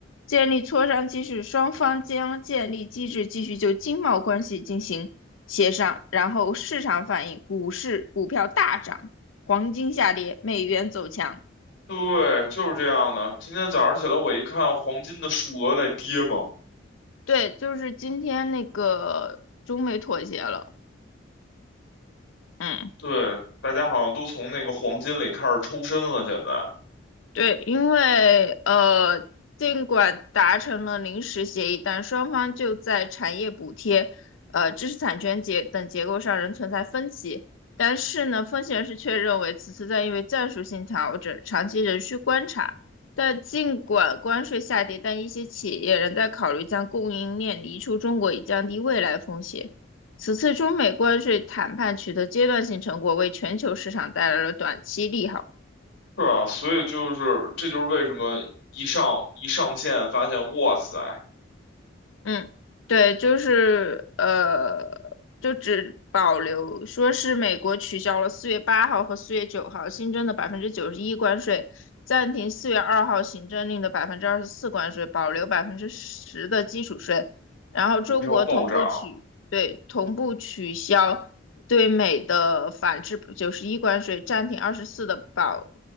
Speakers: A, on the left; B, on the left.
A: 建立磋商机制，双方将建立机制继续就经贸关系进行协商。然后市场反应，股市股票大涨，黄金下跌，美元走强。
B: 对，就是这样的。今天早上起来，我一看黄金的数额在跌嘛，
A: 对，就是今天那个中美妥协了，嗯。
B: 对，大家好像都从那个黄金里开始抽身了，现在。
A: 对，因为呃，尽管达成了临时协议，但双方就在产业补贴、呃知识产权结等结构上仍存在分歧。但是呢，分析人士却认为此次在因为战术性调整，长期仍需观察。但尽管关税下跌，但一些企业仍在考虑将供应链移出中国，以降低未来风险。此次中美关税谈判取得阶段性成果，为全球市场带来了短期利好。
B: 是啊，所以就是这就是为什么一上一上线发现，哇塞，
A: 嗯，对，就是呃，就只保留说是美国取消了四月八号和四月九号新增的百分之九十一关税，暂停四月二号行政令的百分之二十四关税，保留百分之十的基础税。然后中国同步取，
B: 股票暴涨
A: 对，同步取消对美的反制九十一关税，暂停二十四的保